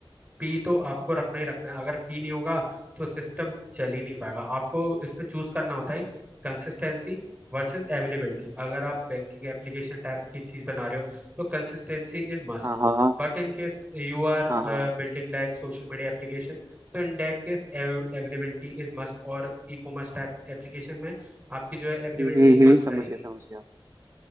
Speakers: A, on the right; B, on the right.
A: पी तो आपको रखना ही रखना है अगर पी नहीं होगा तो सिस्टम चल ही नहीं पाएगा आपको इस पे चूज करना होता है कंसिस्टेंसी वर्सेस अवेलेबिलिटी अगर आप बैंकिंग एप्लीकेशन टाइप की चीज बना रहे हो तो consistency is must
B: हाँ हाँ हाँ
A: But in case you are
B: हाँ हाँ
A: building like social media application तो in that case availability is must और ई कॉमर्स टाइप एप्लीकेशन में आपकी जो है अवेलेबिलिटी
B: हम्म हम्म हम्म,
A: मस्ट रहेगी
B: समझ गया समझ गया